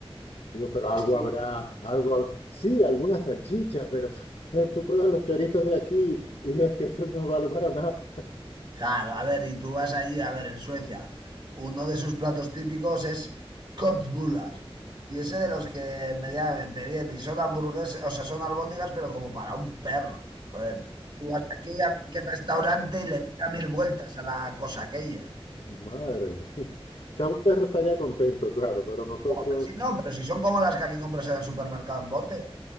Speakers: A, on the left; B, on the right.
A: Digo, pero algo
B: Sí.
A: habrá, algo habrá. Sí, alguna salchicha, pero <laughs> eh, tú pruebas los chorizos de aquí y es que eso no vale para nada.
B: Claro, a ver, y tú vas allí, a ver, en Suecia, uno de sus platos típicos es köttbullar. Y ese de los que medianamente bien, y son hamburguesas, o sea, son albóndigas, pero como para un perro. Joder, tú vas aquí a cualquier restaurante y le pega mil vueltas a la cosa aquella.
A: <laughs> Madre mía. O sea, un perro estaría contento, claro, pero nosotros
B: Joder, sí, no, pero si son como las que aquí compras en el supermercado en bote.